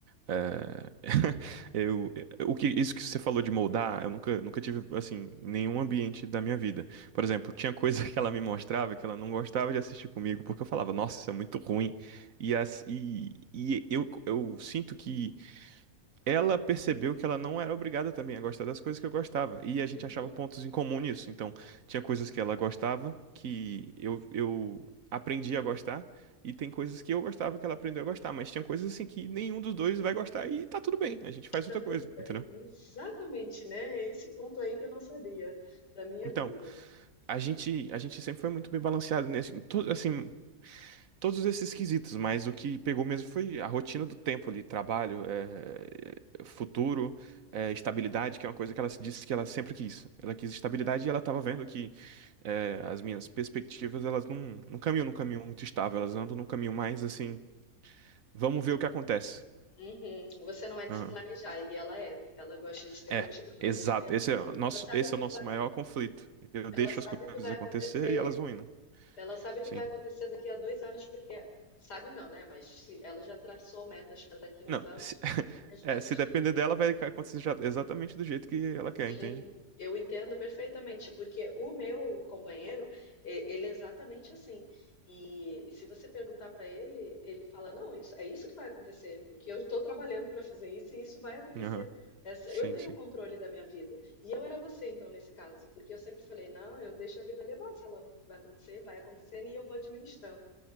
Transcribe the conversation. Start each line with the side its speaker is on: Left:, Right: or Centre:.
Right: é, <laughs> eu, o que isso que você falou de moldar, eu nunca, nunca tive assim em nenhum ambiente da minha vida. Por exemplo, tinha coisa <laughs> que ela me mostrava que ela não gostava de assistir comigo porque eu falava, nossa, isso é muito ruim. E, as- e, e eu, eu sinto que ela percebeu que ela não era obrigada também a gostar das coisas que eu gostava. E a gente
Left: Uhum.
Right: achava pontos em comum nisso. Então, tinha coisas que ela gostava que eu, eu aprendi a gostar, e tem coisas que eu gostava que ela aprendeu a gostar. Mas tinha coisas assim que nenhum dos dois vai gostar e tá tudo bem. A gente faz
Left: E tá
Right: outra
Left: tudo
Right: coisa,
Left: bem.
Right: entendeu?
Left: Exatamente, né? É esse ponto aí que eu não sabia da minha
Right: Então,
Left: vida.
Right: a gente, a gente sempre foi muito bem balanceado nesse, em todo, assim, todos esses quesitos, mas o que pegou mesmo foi a rotina do tempo ali, trabalho, eh, futuro, eh, estabilidade, que é uma coisa que ela se disse que ela sempre quis. Ela quis estabilidade e ela estava vendo que eh, as minhas perspectivas, elas não, não caminham num caminho muito estável, elas andam num caminho mais assim, vamos ver o que acontece.
Left: Uhum. Você não é de
Right: Aham.
Left: se planejar, e ela é. Ela gosta de ter rotina,
Right: É,
Left: planejamento.
Right: exato. Esse é o nosso,
Left: Ela sabe
Right: esse
Left: o que
Right: é o nosso
Left: vai,
Right: maior conflito. Eu
Left: ela
Right: deixo
Left: sabe
Right: as coisas
Left: o que vai
Right: acontecer
Left: acontecer,
Right: e elas vão indo.
Left: ela sabe o
Right: Sim.
Left: que vai acontecer daqui a dois anos, porque sabe não, né? Mas se ela já traçou metas para daqui a uns
Right: Não,
Left: anos,
Right: se, <laughs>
Left: e as
Right: é,
Left: metas
Right: se depender dela, vai acontecer já- exatamente do jeito que ela
Left: Sim.
Right: quer, entende?
Left: Eu entendo perfeitamente, porque o meu companheiro, é, ele é exatamente assim. E, e se você perguntar para ele, ele fala: Não, isso, é isso que vai acontecer, porque eu estou trabalhando para fazer isso e isso vai acontecer.
Right: Aham,
Left: Essa,
Right: Sim,
Left: eu tenho
Right: sim.
Left: o controle da minha vida. E eu era você, então, nesse caso, porque eu sempre falei: Não, eu deixo a vida levar, sei lá o que que vai acontecer, vai acontecendo e eu vou administrando.